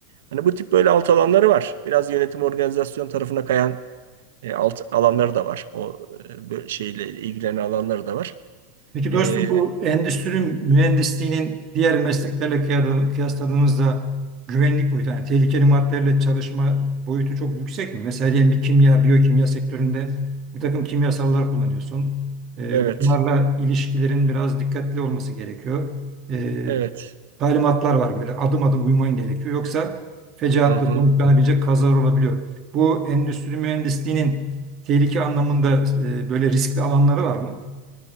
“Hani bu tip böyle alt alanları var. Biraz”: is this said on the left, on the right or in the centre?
Right